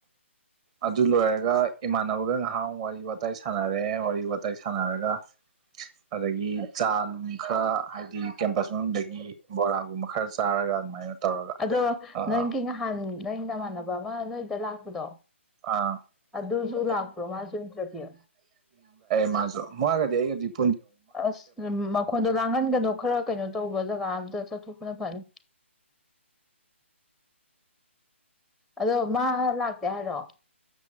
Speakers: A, on the right (about 30°); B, in the centre.
A: ꯑꯗꯨ ꯂꯣꯏꯔꯒ ꯏꯃꯥꯟꯅꯕꯒ ꯉꯥꯏꯍꯥꯛ ꯋꯥꯔꯤ ꯋꯥꯇꯥꯏ ꯁꯥꯟꯅꯔꯦ ꯋꯥꯔꯤ ꯋꯥꯇꯥꯏ ꯁꯥꯟꯅꯔꯒ ꯑꯗꯒꯤ ꯆꯥ ꯅꯨꯡ ꯈꯔ ꯍꯥꯏꯗꯤ ꯀꯦꯝꯄꯁ ꯃꯅꯨꯡꯗꯒꯤ ꯕꯣꯔꯥꯒꯨꯝꯕ ꯈꯔ ꯆꯥꯔꯒ ꯑꯗꯨꯃꯥꯏꯅ ꯇꯧꯔꯒ
B: ꯑꯗꯣ
A: ꯑꯥ
B: ꯅꯪꯒꯤ ꯅꯍꯥꯟ ꯅꯪ ꯅꯃꯥꯟꯅꯕ ꯑꯃ ꯅꯣꯏꯗ ꯂꯥꯛꯄꯗꯣ
A: ꯑ
B: ꯑꯗꯨꯁꯨ
A: <unintelligible>
B: ꯂꯥꯛꯄ꯭ꯔꯣ ꯃꯥꯁꯨ ꯏꯟꯇꯔꯚꯤꯌꯨ
A: ꯃꯥ ꯃꯖꯨ ꯂꯩ ꯍꯧꯖꯤꯛ
B: ꯑꯁ ꯃꯈꯣꯟꯗꯣ ꯂꯥꯡꯍꯟꯒꯅꯣ ꯈꯔ ꯀꯩꯅꯣ ꯇꯧꯕ ꯖꯒꯥ ꯑꯝꯇ ꯆꯠꯊꯣꯛꯄꯅ ꯐꯅꯤ ꯑꯗꯣ ꯃꯥ ꯂꯥꯛ ꯇꯦ ꯍꯥꯏꯔꯣ꯫